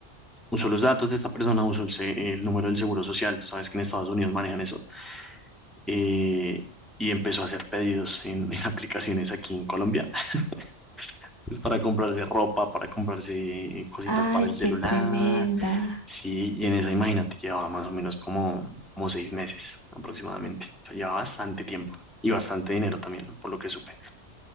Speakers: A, in the centre; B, on the left.
A: usó los datos de esta persona, usó el, se- el número del seguro social, tú sabes que en Estados Unidos manejan eso eh, y empezó a hacer pedidos en, <laughs> en aplicaciones aquí en Colombia, <laughs> pues para comprarse ropa, para comprarse cositas
B: ay,
A: para el celular,
B: qué tremenda.
A: sí, y en esa, imagínate, llevaba más o menos como, como seis meses aproximadamente, o sea, llevaba bastante tiempo. Y bastante dinero también, por lo que supe.